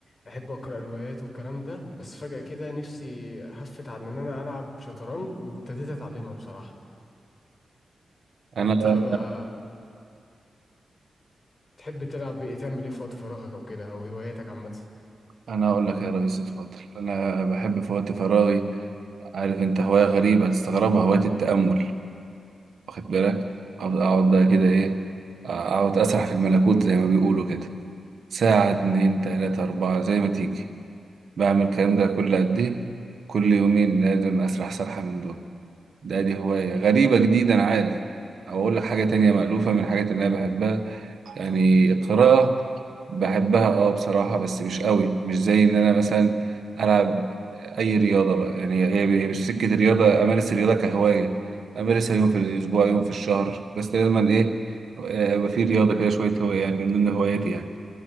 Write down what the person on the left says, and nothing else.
أحب أقرأ روايات والكلام ده بس فجأة كده نفسي هفت على إن أنا ألعب شطرنج وابتديت أتعلمها بصراحة
أنت بقى بتحب تلعب إيه تعمل إيه في وقت فراغك أو كده أو هواياتك عامة؟